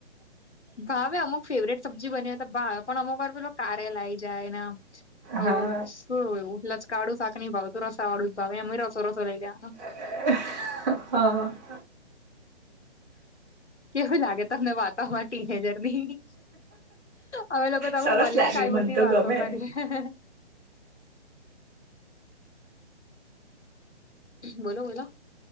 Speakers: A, on the left; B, on the right.
A: ભાવે અમુક ફેવરેટ સબ્જી બન્યો હોય તો ભાવે. પણ અમુક વાર પેલો કારેલ આઈ. જાય ના આવું
B: હા
A: શું એવું લચકાળું શાક ની ભાવતુ. રસા વાળુ ભાવે. એમેય રસો રસો લઈ લેવાનો.
B: હ <inaudible>
A: કેવું લાગે તમને વાતોમાં ટીનેજર ની? અમે લોકો તો આવું
B: સરસ
A: મલીએ.
B: લાગે
A: ને ત્યારે આવી
B: મને
A: બધી
B: તો
A: વાતો
B: ગમે
A: કરીયે. બોલો બોલો.